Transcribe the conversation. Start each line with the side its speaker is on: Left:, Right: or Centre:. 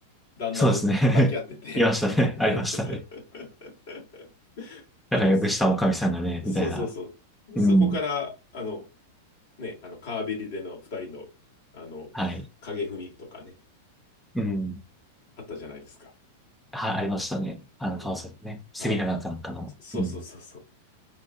Left: 旦那と抱き合ってて
Centre: そうですね。<laughs> いましたね。<laughs> ありましたね。
Left: <laughs> あの、
Centre: なんかよくしたおかみさんがね、
Left: そそうそうそう。
Centre: みたいな。うん。
Left: そこから、あの、ね、あの、川べりでの二人の、あの、
Centre: はい。
Left: 影踏みとかね、
Centre: うん。
Left: あったじゃないですか。
Centre: はい、ありましたね。あの、
Left: うん。
Centre: 川崎ね。セミナーだったのかな。
Left: はいはい。そそうそうそうそ
Centre: うん。